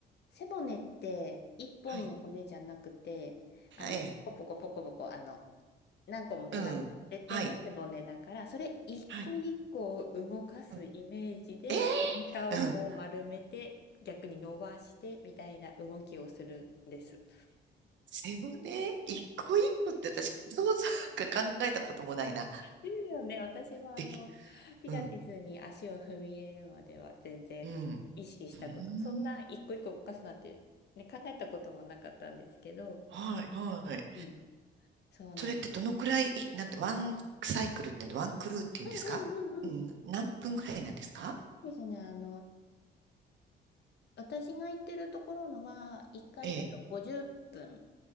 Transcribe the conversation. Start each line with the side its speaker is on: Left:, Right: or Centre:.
Left: 背骨って一本の骨じゃなくて、
Right: はい。
Left: あの、
Right: ええ、
Left: ポコポコポコポコ、あの、何個も連なれてての背骨だから、
Right: うん、はい、
Left: それ一個一個を動かすイメージで、
Right: はい。うん
Left: お腹をこう丸めて、
Right: ええ
Left: 逆に伸ばしてみたいな動きをするんです。
Right: 背骨一個一個って私、そうそうか考えたこともないな。
Left: いいよね。私はあの、
Right: でき、
Left: ピラティスに足を踏み入れるまでは全然意識したこと、
Right: うん、うん。うー
Left: そんな一個一個動かすなんて、
Right: ん。
Left: ね、考えたこともなかったんですけど、
Right: はい、はい。
Left: うん、そうなんです。
Right: それってどのくらい、いなんて、ワンサイクルって、ワンクルーっていうんですかうん、
Left: うんうんうんうん。
Right: 何分ぐらいなんですか
Left: ですね。あの、私が行ってるところのは、1回行くと50分。
Right: ええ、